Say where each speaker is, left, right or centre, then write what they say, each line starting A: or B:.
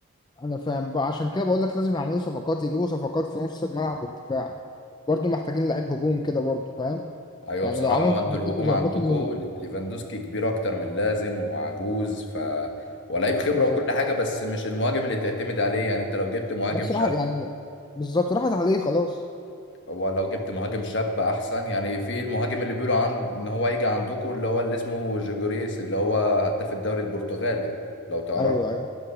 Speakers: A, on the left; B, on the left.
A: انا فاهم بقى عشان كده بقول لك لازم يعملوا صفقات يجيبوا صفقات في نص الملعب والدفاع برضه محتاجين لعيب هجوم كده برضه فاهم
B: ايوه
A: يعني
B: بصراحه
A: لو عملوا
B: هو
A: صفقات
B: انتوا الهجوم
A: يظبطوا
B: عندكم
A: الموضوع.
B: ليفاندوسكي كبير اكتر من اللازم وعجوز ف ولاعيب خبره
A: بالظبط
B: وكل حاجه بس مش المهاجم اللي تعتمد عليه يعني انت لو جبت مهاجم
A: بصراحه
B: شاب
A: يعني بالظبط راحت عليه خلاص
B: ولو جبت مهاجم شاب احسن يعني في المهاجم اللي بيقولوا عن ان هو يجي عندكم اللي هو اللي اسمه جيجوريس اللي هو هداف الدوري البرتغالي لو تعرف
A: ايوه ايوه